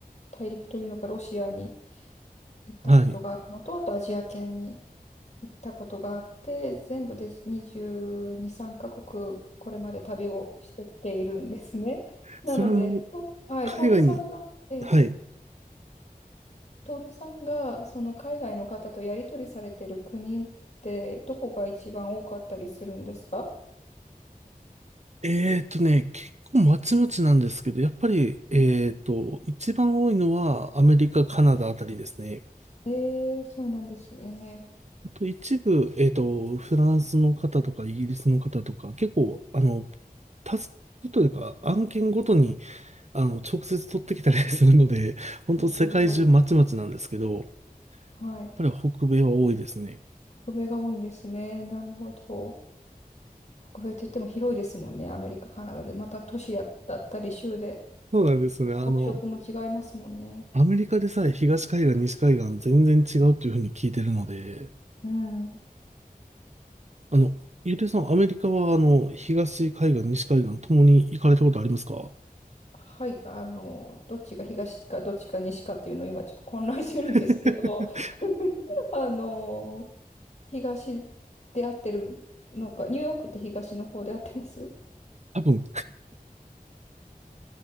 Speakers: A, on the left; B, on the right.
A: 大陸というのか、ロシアに行ったことがあるのと、
B: はい。
A: あとアジア圏に行ったことがあって、全部で22、3カ国、これまで旅をしてきているんですね。なので、
B: それも
A: とはい、
B: 海外に、
A: トールさんが、え、
B: はい。
A: トールさんがその海外の方とやり取りされてる国ってどこが一番多かったりするんですか
B: えーとね、結構まちまちなんですけど、やっぱり、えーと、
A: うん
B: 一番多いのはアメリカ、カナダあたりですね。
A: えー、そうなんですね。
B: あと一部、えーと、フランスの方とかイギリスの方とか、結構、あの、タスクというか案件ごとに、あの、直接取ってきたりするので、本当世界中まちまちなんですけど、
A: あ、すごい。
B: やっ
A: はい。
B: ぱり北米は多いですね。
A: 北米が多いんですね。なるほど。北米って言っても広いですもんね。アメリカ、カナダで。また都市だったり州で
B: そうなんですね。あの、
A: 特色も違いますもんね。
B: アメリカでさえ東海岸、西海岸全然違うというふうに聞いてるので、
A: うん。
B: あの、ゆうていさん、アメリカは、あの、東海岸、西海岸ともに行かれたことありますか
A: はい。あの、どっちが東かどっちか西かっていうのを今ちょっと混乱してるんですけど、
B: <laughs>
A: <laughs> あの東で合ってるのか、ニューヨークって東の方で合ってます
B: 多分、